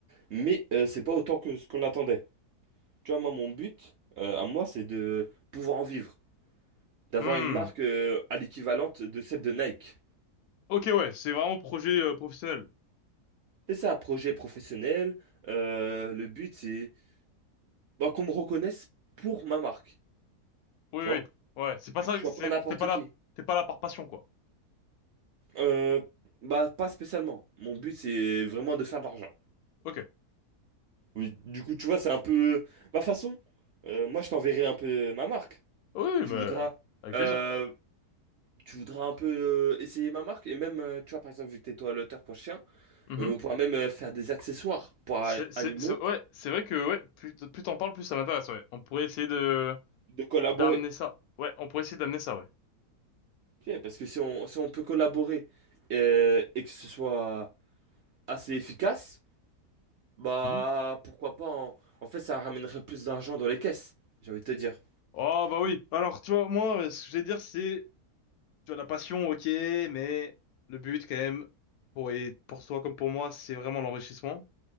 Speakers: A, on the right (about 60°); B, on the left (about 75°).
A: Mais euh, c'est pas autant que ce qu'on attendait. Tu vois, moi, mon but euh, à moi, c'est de pouvoir en vivre, d'avoir
B: Hmm.
A: une marque euh, à l'équivalente de celle de Nike.
B: Ok, ouais. C'est vraiment projet euh, professionnel.
A: C'est ça, projet professionnel. Euh, le but, c'est bah, qu'on me reconnaisse pour ma marque,
B: Oui,
A: tu
B: oui.
A: vois?
B: Ouais. C'est pas
A: Que
B: ça.
A: je sois
B: C'est
A: pas n'importe
B: t'es pas là.
A: qui.
B: T'es pas là par passion, quoi.
A: Euh, bah, pas spécialement. Mon but, c'est vraiment de faire de l'argent.
B: Ok.
A: Oui, du coup, tu vois, c'est un peu ma façon. Euh, moi, je t'enverrai un peu ma marque.
B: Oui,
A: Et Tu
B: mais
A: voudras,
B: avec
A: euh,
B: plaisir.
A: tu voudras un peu euh, essayer ma marque. Et même, euh, tu vois, par exemple, vu que t'es toi l'auteur pour chien,
B: Mhm.
A: euh, on pourra même euh, faire des accessoires pour a-
B: C'est, c'est,
A: animaux,
B: c'est- ouais. C'est vrai que ouais. Plus, t- plus t'en parles, plus ça m'intéresse. Ouais. On pourrait essayer de
A: de collaborer.
B: d'amener ça. Ouais. On pourrait essayer d'amener ça. Ouais.
A: Ok, parce que si on, si on peut collaborer euh, et que ce soit assez efficace, Bah,
B: Mhm.
A: pourquoi pas. En, en fait, ça ramènerait plus d'argent dans les caisses, j'ai envie de te dire.
B: Oh bah oui. Alors, tu vois, moi, euh, ce que je vais dire, c'est, tu vois, la passion, ok, mais le but, quand même, pour, et pour toi comme pour moi, c'est vraiment l'enrichissement.